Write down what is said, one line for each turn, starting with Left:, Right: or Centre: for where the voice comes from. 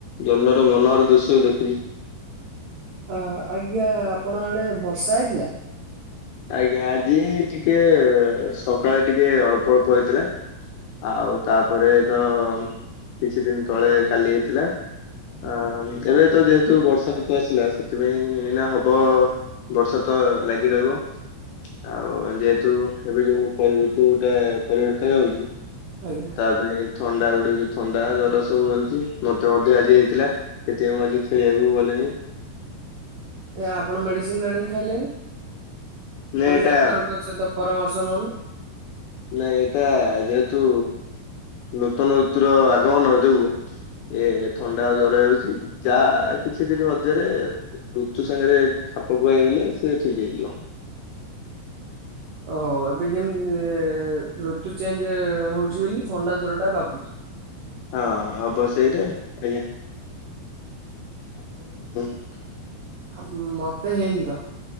Left: ଜନର ମନୋହର ଦୃଶ୍ୟ ଦେଖୁଚି।
Right: ଅ, ଆଜ୍ଞା ଆପଣ ଆଡ଼େ ବର୍ଷା ହେଇଥିଲା?
Left: ଆଜ୍ଞା ଆଜି ଟିକେ ସଖାଳେ ଟିକେ ଅଳ୍ପ ଅଳ୍ପ ହେଇଥିଲା। ଆଉ ତାପରେ ତ କିଛି ଦିନ ତଳେ କାଲି ହେଇଥିଲା। ଆ, ଉଁ, ଏବେ ତ ଯେହେତୁ ବର୍ଷା ଋତୁ ଆସିଲା ସେଥିପାଇଁ ଏଇନା ହବ। ବର୍ଷା ତ ଲାଗି ରହିବ। ଆଉ ଯେହେତୁ ଏବେ ଯୋଉ ପରି ଋତୁ ଗୁଟେ ପରିବର୍ତ୍ତେ ହଉଚି।
Right: ଆଜ୍ଞା।
Left: ତା ପାଇଁ ଥଣ୍ଡା ଗୁଡିକ ଥଣ୍ଡା ଜର ସବୁ ହେଉଚି। ମୋତେ ମଧ୍ୟ ଆଜି ହେଇଥିଲା। ସେଥିପାଇଁ ମୁଁ ଆଜି ଖେଳିବାକୁ ଗଲିନି।
Right: ଏ ଆପଣ ମେଡ଼ିସିନ୍ ଆଣିକି ଖାଇଲେନି। ନହେଲେ
Left: ନାଇଁ ଏଟା
Right: ଡାକ୍ତରଙ୍କ ସହିତ ପରାମର୍ଶ ନଉନ।
Left: ନାଇଁ ଏଇଟା ଯେହେତୁ ନୂତନ ଋତୁର ଆଗମନ ଯୋଗୁ ଏ ଥଣ୍ଡା ଆଉ ଜର ହେଉଛି। ଯାହା କିଛି ଦିନ ମଧ୍ୟରେ ଋତୁ ସାଙ୍ଗରେ ଖାପ ଖୁଆଇ ହେଲେ ସେ ଠିକ୍ ହେଇଯିବ।
Right: ଓ ହୋ, ଏବେ ଯେମ ଏ ଋତୁ ଚେଞ୍ଜ ହଉଛି ବୋଲି ଥଣ୍ଡା ଜର ଟା ବାପୁଛୁ।
Left: ହଁ ହବ ସେ ସେଇଟାଆଜ୍ଞା <unintelligible>
Right: ହାମ୍ ମତେ ହେଇନି ତ।